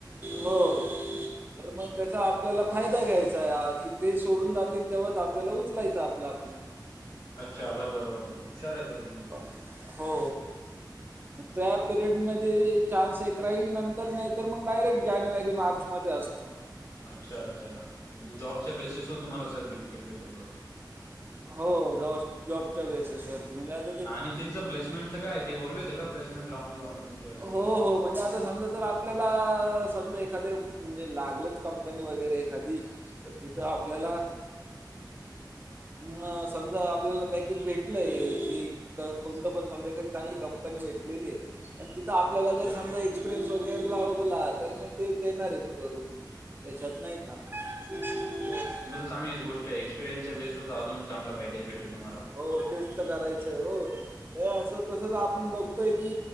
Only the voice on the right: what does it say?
हो. तर मग त्याचा आपल्याला फायदा घ्यायचा आज ते सोडून जातील तेव्हाच आपल्याला उचलायचं आपलं आपलं..
हो <unintelligible> त्या पिरियडमध्ये चान्स एक राहील नंतर नाही तर मग डायरेक्ट जानेवारी मार्चमध्ये असतो त <unintelligible> <unintelligible>
हो ज जॉबच्या बेसस वरती म्हणजे आ <unintelligible>
हो हो म्हणजे <unintelligible> आ समजा जर आपल्याला समजा एखाद म्हणजे लागलच कंपनी वगैरे एखादी तर तिथं आपल्याला <unintelligible> ना समजा आपल्याला पॅकेज भेटलंय क कोणतं पण समजा चांगली कंपनी भेटलेली पण तिथं <unintelligible> आपल्याला
जर समजा एक्सपिरियन्स वगैरे लावगला तर मग ते देणार आहेत करून त्याच्यात नाहीत का <unintelligible>
हो तेच तर करायचंय हो <unintelligible> अ असं तसच आपण बघतोय की